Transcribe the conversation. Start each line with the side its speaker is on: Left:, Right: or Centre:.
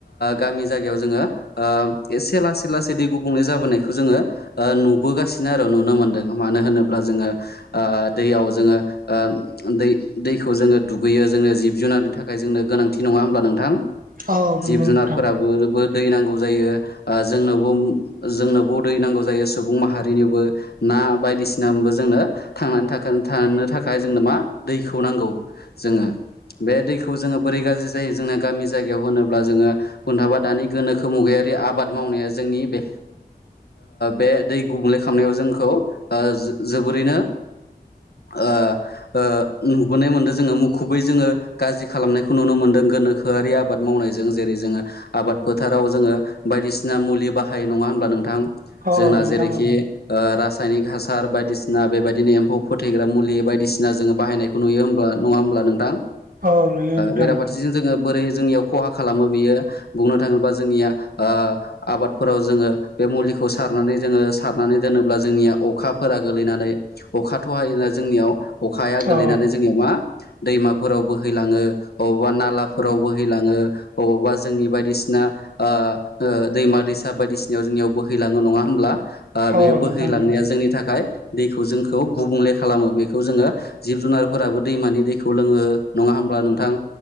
Left: गामि जायगायाव जोङो एसे लासै लासै दै गुबुंले जाबोनायखौ जोङो। नुबोगासिनो आरो नुनो मोनदों मानो होनोब्ला जोङो दैयाव जोङो दै दैखौ जोङो दुगैयो जोङो जिब जुनारनि थाखाय जोंनो गोनांथि नङा होमब्ला नोंथां।
Right: औ नंगौ
Left: जिब जुनारफोराबो।
Right: नोंथां
Left: दै नौ जायो जोंनोबो दै नांगौ। जायो सुबुं माहारिनिबो ना बायदिसिना जोंनो थांनानै थानो थाखाय जोंनो। मा दैखौ नांगौ जोङो। बे दैखौ जोङो बोरै गाज्रि जायो जोंना गामि जायगायाव होनोब्ला जोङो थाबा दानि गोनोखो मुगायाव। आबाद मावनाया जोंनि बे बे दै गुबुंले खालामनायाव जोंखौ जोबोरैनो ओ ओ नुबोनाय मोनदों जोङो मुखुबै जोङो गाज्रि खालामनायखौ नुनो मोनदों। गोनोखोआरि आबाद मावनायजों जेरै जोङो आबाद फोथाराव जोङो बायदिसिना मुलि बाहायो नङा। होनबा नोंथां
Right: औ
Left: जोंना
Right: नोंथां
Left: जेरैखि
Right: औ
Left: रासाय रासायनारि हासार बायदिसिना बेबायदिनो एम्फौ फोथैग्रा मुलि बायदिसिना जोङो बाहायनायखौ नुयो होब्ला नङा होमब्ला। नोंथां
Right: औ नंगौ नोंथां
Left: बेराफारसे जों बोरै जोंनियाव खहा खालामो बियो बुंनो थाङोबा जोंनिया आबादफोराव जोङो बे मुलिखौ सारनानै जोङो सारनानै दोनोब्ला जोंनिया अखाफोरा गोलैनानै अखाथ' हायोना जोंनियाव। अखाया गोलैनानै
Right: औ
Left: जोंनियाव मा दैमाफोराव बोहैलाङो अबावबा नालाफोराव बोहैलाङो अबावबा जोंनि बायदिसिना ओ -ओ दैमा दैसा बायदिसिनायाव जोंनियाव बोहै लाङो नङा होनब्ला ओ बे
Right: औ
Left: बोहैलांनाया
Right: नोंथां नंगौ
Left: जोंनि थाखाय दैखौ जोंखौ गुबुंले खालामो बेखौ जोङो जिब जुनारफोराबो दैमानि दैखौ लोङो नङा होन ब्ला नोंथां